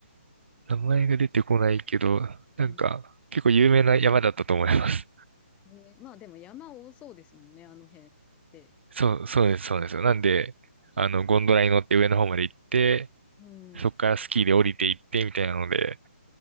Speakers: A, on the right; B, on the left.
A: 名前が出てこないけど、
B: うん
A: なんか、結構有名な山だったと思います。
B: えーまあでも山多そうですもんね、あの辺って。
A: そう、そうです、そうですよ。なんで、あの、ゴンドラに乗って上の方まで行って、
B: うん。
A: そこからスキーで降りていってみたいなので、